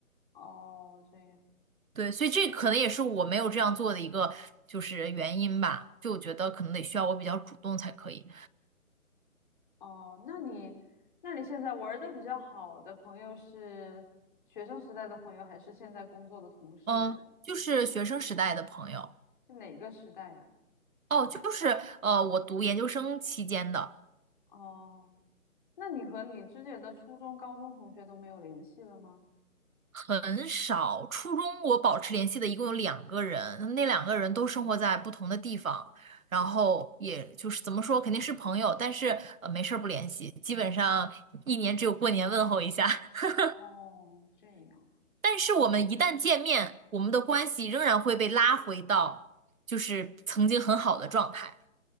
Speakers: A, on the left (about 35°); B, on the right (about 70°).
A: 哦，这样。
B: 对，所以这可能也是我没有这样做的一个就是原因吧。就我觉得可能得需要我比较主动才可以。
A: 哦，那你，那你现在玩的比较好的朋友是学生时代的朋友，还是现在工作的同事呀？
B: 嗯，就是学生时代的朋友。
A: 是哪个时代呀？
B: 哦，就是呃，我读研究生期间的
A: 哦，那你和你之前的初中、高中同学都没有联系了吗？
B: 很少，初中我保持联系的一共有两个人，那两个人都生活在不同的地方，然后也就是怎么说，肯定是朋友，但是呃没事儿不联系，基本上一年只有过年问候一下。<laughs>
A: 哦，这样。
B: 但是我们一旦见面，我们的关系仍然会被拉回到就是曾经很好的状态，